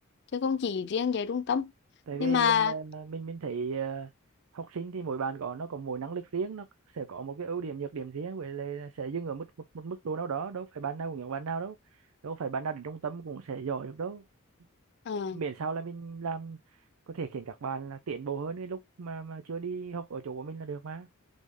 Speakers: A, on the left (about 55°); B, on the right (about 80°).
A: chứ không chỉ riêng dạy trung tâm
B: tại vì
A: nhưng mà
B: ờ, mình mình thấy ờ, học sinh thì mỗi bạn có nó có mỗi năng lực riêng nó sẽ có một cái ưu điểm nhược điểm riêng với lại sẽ dừng ở mức một, một mức độ nào đó đâu phải bạn nào cũng giống bạn nào đâu đâu phải bạn nào đến trung tâm cũng sẽ giỏi được đâu
A: ừ.
B: miễn sao là mình làm có thể khiến các bạn là tiến bộ hơn cái lúc mà mà chưa đi học ở chỗ của mình là được mà